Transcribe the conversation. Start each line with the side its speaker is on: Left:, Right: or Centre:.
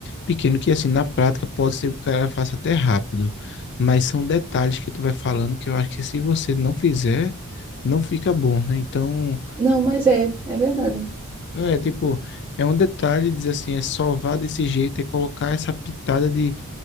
Left: pequeno que assim, na prática pode ser que o cara faça até rápido, mas são detalhes que tu vai falando que eu acho que se você não fizer, não fica bom, né? Então,
Right: Não, mas é, é verdade.
Left: É, tipo, é um detalhe dizer assim, é salvar desse jeito, é colocar essa pitada de,